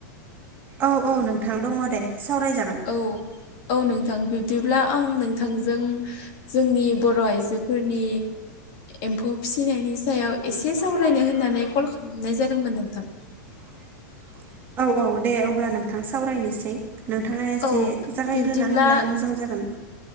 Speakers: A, on the right; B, on the left.
A: औ औ नोंथां दङ दे सावरायजागोन।
B: औ औ नोंथां बिब्दिब्ला आं नोंथांजों जोंनि बर' आइजोफोरनि। एम्फौ फिसिनायनि सायाव एसे सावरायनो होननानै कल खालामनाय जादोंमोन नोंथां।
A: <inaudible> औ औ दे अब्ला नोंथां सावरायनोसै नोंथाङा एसे
B: औ
A: जागायग्रोना
B: बिब्दिब्ला
A: होब्ला मोजां जागोन।